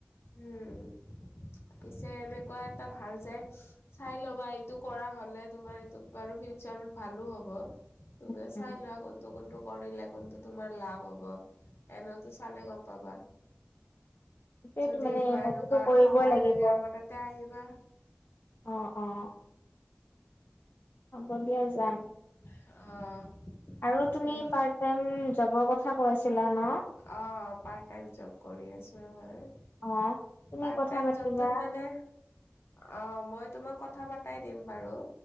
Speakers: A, on the left (about 80°); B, on the left (about 55°).
A: উম পিছে এনেকুৱা এটা ভাল যাই চাই ল'বা এইটো কৰা হ'লে তোমাৰ এইটো বাৰু ফিউচাৰ- ভালো হ'ব তুমিও
B: উম,
A: চাই লোৱা কোনটো কোনটো কৰিলে কোনটো তোমাৰ লাভ হ'ব। এনেওতো চালে গম পাবা
B: সেইটোৱেটো
A: যদি
B: মানে
A: কিবা
B: সেইটোতো
A: এনেকুৱা
B: কৰিবই
A: সহায়
B: লাগিব।
A: লাগে আমাৰ তাতে আহিবা।
B: অ, অ। হব দিয়া যাম।
A: অ।
B: আৰু তুমি
A: সেইয়াই
B: পৰ্ত তায়াম জনৰ কথা কৈ আছিলা ন?
A: অ, পাৰট টাইম জব কৰি আছো হয়।
B: অ', তুমি
A: পাৰ্ট
B: কথা
A: টাইম
B: পাতিবা।
A: জবটোত মানে অ, মই তোমাক কথা পাতাই দিম বাৰু